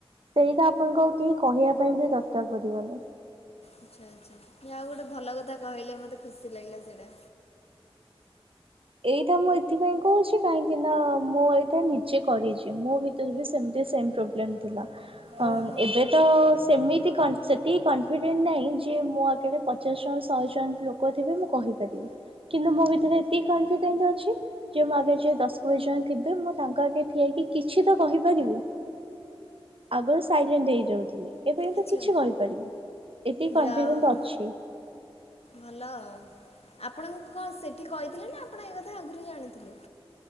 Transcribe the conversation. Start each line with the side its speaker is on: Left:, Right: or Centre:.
Right: ସେଇଟା ଆପଣଙ୍କୁ ଆଉ କେହି କହିବା ପାଇଁବି ଦରକାର ପଡ଼ିବନି।
Left: ଆଚ୍ଛା ଆଚ୍ଛା ଯାହାହଉ ଗୋଟେ ଭଲ କଥା କହିଲେ ମତେ ଖୁସି ଲାଗିଲା ସେଇଟା।
Right: ଏଇଟା ମୁଁ ଏଥିପାଇଁ କହିଚି କାହିଁକିନା ମୁଁ ଏଇଟା ନିଜେ କରିଚି ମୋ ଭି ମୋରବି ସେମିତି ସେମ୍ ପ୍ରୋବଲେମ୍ ଥିଲା। ଅଁ
Left: ଓହୋ
Right: ଏବେତ ସେମିତି କ ସେତିକି କନଫିଡେଣ୍ଟ ନାହିଁ ଯେ ମୁଁ ଆଗରେ ପଚାଶ ଜଣ ଶହେ ଜଣ ଲୋକ ଥିବେ ମୁଁ କହିପାରିବି କିନ୍ତୁ ମୋଭିତରେ ଏତିକି କନଫିଡେଣ୍ଟ ଅଛି ଯେମୋ ଆଗରେଯେ ଦଶ କୋଡ଼ିଏ ଜଣ ଥିବେ ମୁଁ ତାଙ୍କ ଆଗରେ ଠିଆ ହେଇକି କିଛିତ କହିପାରିବି। ଆଗରୁ ସାଇଲେଣ୍ଟ ହେଇଯାଉଥିଲି ଏବେ କିନ୍ତୁ
Left: ଆଚ୍ଛା
Right: କିଛି କହିପାରିବି ଏତିକି କନଫିଡେଣ୍ଟ
Left: ଯାହା ହଉ।
Right: ଅଛି।
Left: ଭଲ ଆପଣଙ୍କୁ କଣ ସେଠି କହିଥିଲେନା ଆପଣ ଏକ କଥା ଆଗରୁ ଜାଣିଥିଲେ?